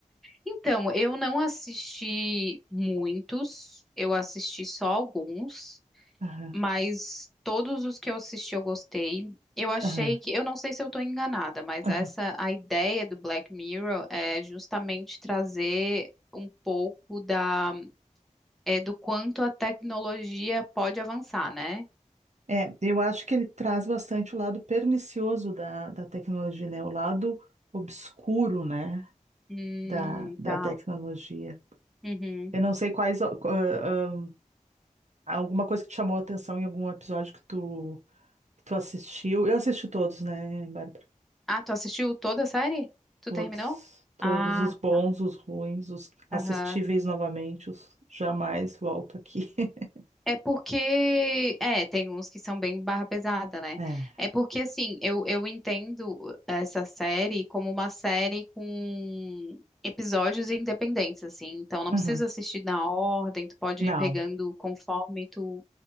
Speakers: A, in the centre; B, on the right.
A: Então, eu não assisti muitos, eu assisti só alguns,
B: Aham,
A: mas todos os que eu assisti eu gostei. Eu achei
B: aham,
A: que, eu não sei se eu estou enganada, mas
B: aham.
A: essa a ideia do Black Mirror é justamente trazer um pouco da é, do quanto a tecnologia pode avançar, né?
B: É, eu acho que ele traz bastante o lado pernicioso da, da tecnologia, né? O lado obscuro, né?
A: Hum,
B: Da, da
A: tá.
B: tecnologia.
A: Uhum.
B: Eu não sei quais, ó, qu- ah, ah, alguma coisa que te chamou a atenção em algum episódio que tu, que tu assistiu. Eu assisti todos, né, Bárbara?
A: Ah, tu assistiu toda a série? Tu
B: Todos.
A: terminou?
B: Todos
A: Ah,
B: os bons,
A: tá.
B: os ruins, os assistíveis
A: Aham.
B: novamente, os jamais volto aqui. <laughs>
A: É porque, é, tem uns que são bem barra pesada, né?
B: É.
A: É porque, assim, eu, eu entendo essa série como uma série com episódios independentes, assim. Então, não
B: Uhum.
A: precisa assistir na ordem, tu pode
B: Não,
A: ir pegando conforme tu